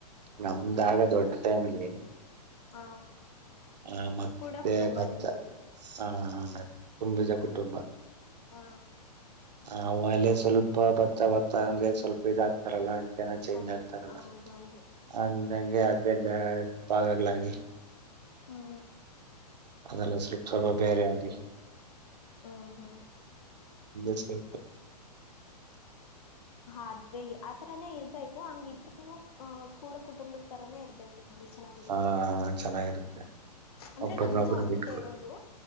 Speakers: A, on the right; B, on the left.
A: ನಮ್ದಾಗ ದೊಡ್ಡ ಫ್ಯಾಮಿಲಿ
B: ಹ
A: ಹ ಮತ್ತೆ
B: ಕೂಡ ಕುಟುಂಬ
A: ಭತ್ತ
B: ನಿಮ್ದು
A: ಹ ತುಂಬುಜ ಕುಟುಂಬ
B: ಹ ಹ
A: ನಾವು ಅಲೆ ಸ್ವಲ್ಪ ಭತ್ತ ಭತ್ತ ಅಂದ್ರೆ ಸ್ವಲ್ಪ ಇದಾಗ. ತಾರಲ್ಲಾಏನ ಚೇಂಜ್
B: ಹೌದು
A: ಆಗ್ತಾರಲ್ಲ.
B: ಹೌದೌದು
A: ಅಂದಂಗೆ ಅ ಎ ಪಾಗಕ್ಲಿ <unintelligible>
B: ಹ್ಮ್
A: ಅದೆಲ್ಲ ಸ್ವಲ್ ಸ್ವಲ್ಪ ಬೇರೆ ಆಗಿ
B: ಹ್ಮ ಹ್ಮ್
A: <inaudible>
B: ಆದ್ರೆ ಆತರನೇ ಇರ್ಬೇಕು ಹಂಗಿದ್ರು ಅ ಕೂಡ ಕುಟುಂಬಸ್ ತರನೇ ಇರ್ಬೇಕು ನೋಡಿ ಚೆನ್ನಾಗಿರುತ್ತೆ
A: ಆ ಚೆನ್ನಾಗಿರುತ್ತೆ
B: ಅಂದ್ರೆ
A: ಒಬ್ಬರನ್ನೊಬ್ಬರು
B: ನಮ್ದು ಹಂಗಗೆ
A: ಬಿಟ್ಕೊ
B: ಇರೋದು